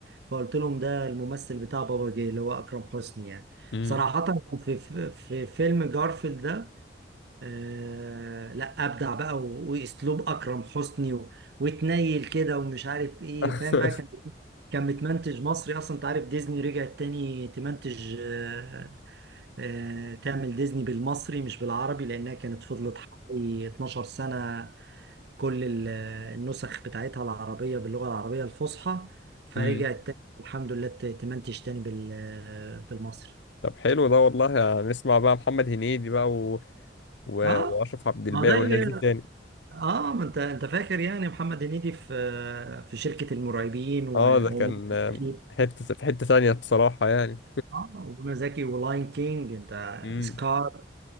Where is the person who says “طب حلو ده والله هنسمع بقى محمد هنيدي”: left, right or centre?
Left